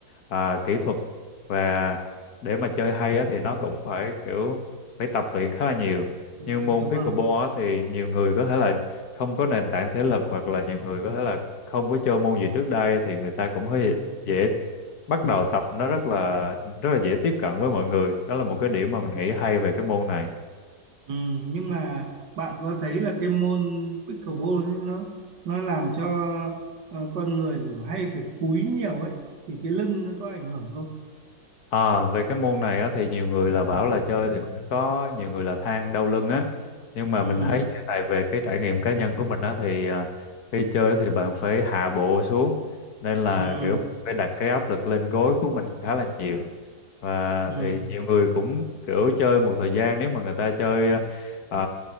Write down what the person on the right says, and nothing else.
ừ,
đúng
rồi
ừ,
ừ.
Ừ, nhưng mà bạn có thấy là cái môn pickleball ấy, nó nó làm cho ờ, con người kiểu hay phải cúi nhiều ấy thì cái lưng nó có ảnh hưởng không
ừ,
ừ,
ừ,